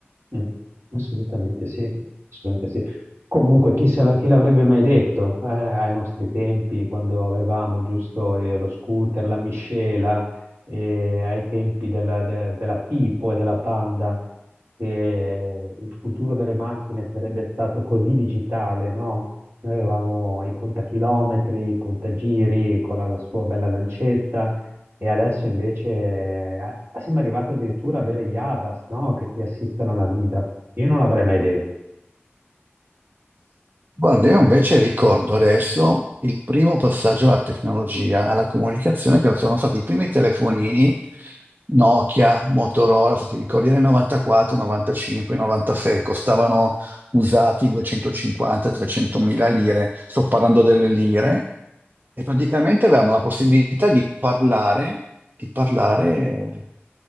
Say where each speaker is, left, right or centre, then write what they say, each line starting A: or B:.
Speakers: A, on the right; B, on the right.
A: mm, Assolutamente sì, assolutamente sì. Comunque, chi se la- chi l'avrebbe mai detto, eh, ai nostri tempi, quando avevamo giusto eh, lo scooter, la miscela, eh, ai tempi della, de- della Tipo e della Panda, che il futuro delle macchine sarebbe stato così digitale, no? Noi avevamo i contachilometri, i contagiri con la la sua bella lancetta. E adesso invece eh, ah, siamo arrivati addirittura ad avere gli ADAS, no? Che ti assistono alla guida. Io non l'avrei mai detto.
B: Guarda, io invece ricordo adesso il primo passaggio alla tecnologia, alla comunicazione, che sono stati i primi telefonini Nokia, Motorola, se ti ricordi, nel 94, 95, 96, costavano usati 250-300 mila lire. Sto parlando delle lire e praticamente avevamo la possibilità di parlare, di parlare